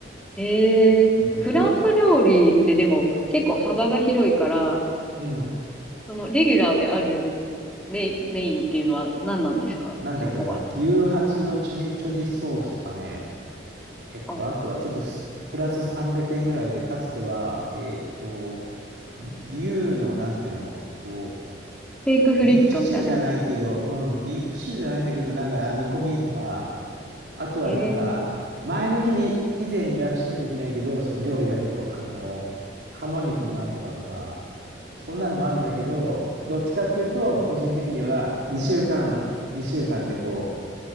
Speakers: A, in the centre; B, on the right.
A: えー、
B: そこはね。
A: フランス料理ってでも結構幅が広いから、
B: うん。
A: そのレギュラーであるメイン、メインっていうのは何なんですかそこは。
B: なんだっけな、牛ハツのチミチョリソースとかね、えっと、
A: あ、
B: あとはちょっとすプラス300円ぐらいで、かつては、えーっと、牛の、なんていうの、こ
A: ステークフリットみたいなやつ。
B: ビーフシチューじゃないけど、うん、ビーフシチューじゃないんだけど、なんか、あ、煮込みとか、あとはなんか、
A: えー、
B: 前の日に、以前に予約しなきゃいけないけど、そう、料理だけを、あの、鴨肉のなんとかとか、そんなのもあるんだけど、
A: うん、
B: どっちかっていうと、個人的には、2週間、2週間でこ